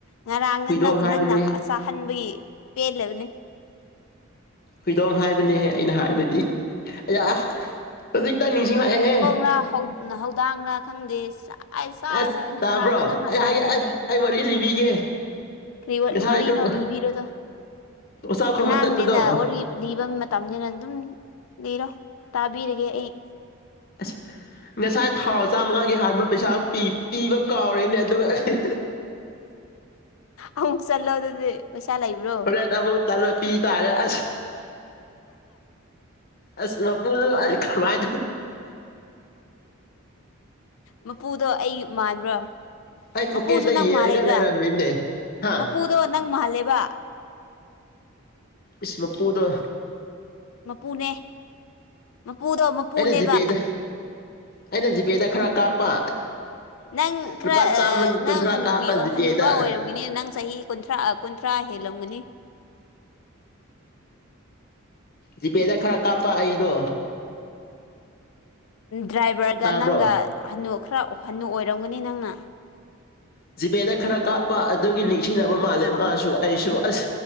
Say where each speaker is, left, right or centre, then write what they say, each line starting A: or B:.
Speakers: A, on the left; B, on the left.
A: ꯉꯔꯥꯡꯅ
B: ꯍꯨꯏꯗꯣꯡ ꯍꯥꯏꯕꯅꯦꯍꯦ
A: ꯅꯪꯅ ꯆꯥꯍꯟꯕꯒꯤ ꯄꯦꯜꯂꯕꯅꯤ
B: ꯍꯨꯏꯗꯣꯡ ꯍꯥꯏꯕꯅꯦꯍꯦ ꯑꯩꯅ ꯍꯥꯏꯕꯗꯤ ꯑ ꯍꯧꯖꯤꯛꯇ ꯅꯤꯡꯁꯤꯡ ꯂꯥꯛꯑꯦꯍꯦ
A: ꯍ ꯅꯊꯧꯧꯗꯥꯡꯅ ꯈꯪꯗꯦ ꯆꯥꯛ ꯑꯩ ꯆꯥꯈ꯭ꯔꯦꯅ
B: ꯑꯁ ꯇꯥꯕ꯭ꯔꯣ
A: ꯉꯔꯥꯡꯅ ꯅꯪꯅ
B: ꯑꯩ
A: ꯆꯥꯍꯟꯕꯒꯤ
B: ꯍꯥꯏꯒꯦ ꯑꯁ ꯑꯩ ꯋꯥꯔꯤ ꯂꯤꯕꯤꯒꯦ
A: ꯀ
B: ꯉꯁꯥꯏ
A: ꯋꯥꯔꯤ
B: ꯑꯌꯨꯛ
A: ꯅꯣ ꯂꯤꯕꯕꯤꯔꯣꯗꯣ
B: ꯑꯣꯆꯥꯎ ꯈꯣꯡꯕ
A: ꯑꯉꯥꯡꯅꯤꯅ
B: ꯆꯠꯄꯗꯣ
A: ꯋꯥꯔꯤ ꯂꯤꯕ ꯃꯇꯝꯅꯤꯅ ꯑꯗꯨꯝ ꯂꯤꯔꯣ ꯇꯥꯕꯤꯔꯒꯦ ꯑꯩ
B: ꯑ ꯉꯁꯥꯏ ꯊꯥꯎ ꯆꯥꯝꯃꯉꯥꯒꯤ ꯍꯥꯟꯕ ꯄꯩꯁꯥ ꯄꯤꯕ ꯀꯥꯎꯔꯦꯅꯦ ꯑꯗꯨꯒ ꯑꯩ
A: ꯑꯃꯨꯛ ꯆꯠꯂꯣ ꯑꯗꯨꯗꯤ ꯄꯩꯁꯥ ꯂꯩꯕ꯭ꯔꯣ
B: ꯐꯦꯗ ꯇꯥ ꯄꯤ ꯇꯥꯔꯦꯁ ꯑꯁ ꯃꯄꯨ ꯑꯔ ꯀꯥꯏ
A: ꯃꯄꯨꯗꯣ ꯑꯩ ꯃꯥꯟꯕ꯭ꯔꯣ
B: ꯑ ꯄꯨꯛꯦ
A: ꯃꯄꯨꯁꯨ
B: ꯑꯗ
A: ꯅꯪ
B: ꯌꯦꯡꯒꯂ
A: ꯃꯥꯜꯂꯦꯗ
B: ꯏꯔ ꯃꯤꯟꯅꯦ ꯍꯥ
A: ꯃꯄꯨꯗꯣ ꯅꯪ ꯃꯥꯍꯜꯂꯦꯕ
B: ꯏꯁ ꯃꯄꯨꯗ
A: ꯃꯄꯨꯅꯦ ꯃꯄꯨꯗꯣ ꯃꯄꯨꯅꯦꯕ
B: ꯑꯩꯅ ꯖꯤꯄꯦꯗ ꯑꯩꯅ ꯖꯤꯄꯦꯗ ꯈꯔ ꯀꯥꯞꯄ
A: ꯅꯪ ꯈꯔ
B: ꯂꯨꯄꯥ ꯆꯥꯝꯃ ꯀꯨꯟꯊ꯭ꯔꯥ
A: ꯅꯪ ꯍꯕꯤ
B: ꯀꯥꯞꯄ ꯖꯤꯄꯦꯗ
A: ꯍꯟꯅꯨꯕ ꯑꯣꯏ ꯅꯦ ꯅꯪ ꯆꯍꯤ ꯀꯨꯟꯊ꯭ꯔꯥ ꯀꯨꯟꯊ꯭ꯔꯥ ꯍꯦꯜꯂꯝꯒꯅꯤ
B: ꯖꯤꯄꯦꯗ ꯈꯔ ꯀꯥꯞꯄ ꯑꯩꯗꯣ
A: ꯗ꯭ꯔꯥꯏꯚꯔꯒ
B: ꯇꯥꯕ꯭ꯔꯣ
A: ꯅꯪꯒ ꯍꯟꯅꯨ ꯈꯔ ꯍꯟꯅꯨ ꯑꯣꯏꯔꯝꯒꯅꯤ ꯅꯪꯅ
B: ꯖꯤꯄꯦꯗ ꯈꯔ ꯀꯥꯞꯄ ꯑꯗꯨꯒꯤ ꯅꯤꯡꯁꯤꯡꯅꯕ ꯃꯥꯜꯂꯦ ꯃꯥꯁꯨ ꯑꯩꯁꯨ ꯑꯁ